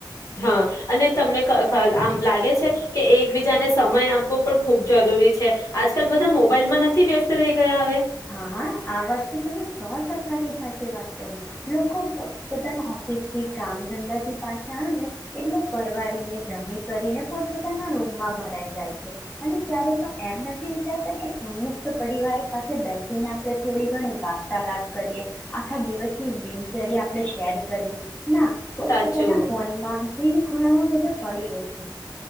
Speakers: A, on the left (about 45°); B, on the left (about 20°).
A: હા, અને તમને... હમ્, આમ લાગે છે... કે, એકબીજાને સમય આપવો પણ ખુબ જરૂરી છે આજકાલ, બધા મોબાઈલમાં નથી વ્યસ્ત રહી... ગયા હવે
B: હા, આ વાત તો તમે સો ટકા... પોની સાથે વાત કરી. લોકો પોતાના ઓફિસ થી, કામ ધંધાથી, પાછા આવે એટલે પરવાળને જમી કરીને, પોતપોતાના રૂમમાં ભરાઈ જાય છે. અને ક્યારેય પણ એમ નથી વિચારતા કે, સંયુક્ત પરિવાર સાથે... બેસીને, આપણે થોડી ઘણી વાર્તાલાપ કરીએ. આખા દિવસની દિનચર્યા, આપણે શેર કરીએ. ના, પો
A: સાચું
B: તોતાના ફોનમાં... જઈને ખુલામાં બધા પડી રે છે.